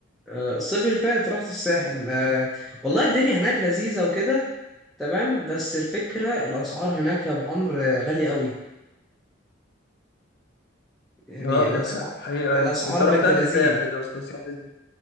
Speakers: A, in the centre; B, on the left.
A: آه، الصيف اللي فات رحت الساحل آه، والله الدنيا هناك لذيذة وكده تمام بس الفكرة الأسعار هناك يا أبو عمرو آه، غالية قوي يعني
B: اه
A: الأسعار
B: دي حقيقة, حقيقة
A: الأسعار
B: يا ابني أنت رحت
A: بنت
B: تاني
A: لذينة
B: ساحل يا أسطى ساحل